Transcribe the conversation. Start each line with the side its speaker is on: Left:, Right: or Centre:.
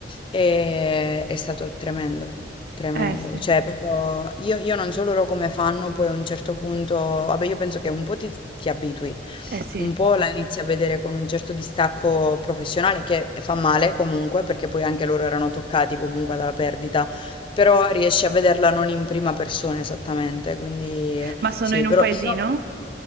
Left: e è stato tremendo. Tremendo,
Right: Eh sì,
Left: cioè proprio io, io non so loro come fanno, poi a un certo punto, vabbè io penso che un po' ti, ti abitui,
Right: eh sì.
Left: un po' la inizi a vedere con un certo distacco professionale che fa male comunque, perché poi anche loro erano toccati comunque dalla perdita, però riesci a vederla non in prima persona esattamente, quindi eh,
Right: Ma sono
Left: sì,
Right: in un
Left: però
Right: paesino?
Left: io...